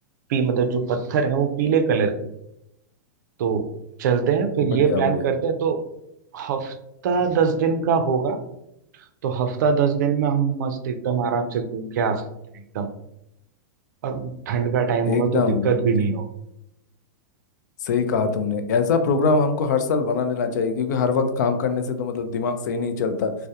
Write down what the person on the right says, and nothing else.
पी मतलब जो पत्थर है वो पीले कलर के तो चलते हैं फिर
ये प्लान
करते हैं तो हफ्ता दस दिन का होगा तो हफ्ता दस दिन में हम मस्त एकदम आराम से घूम के आ सकते हैं एकदम और ठंड का टाइम होगा
तो दिक्कत भी नहीं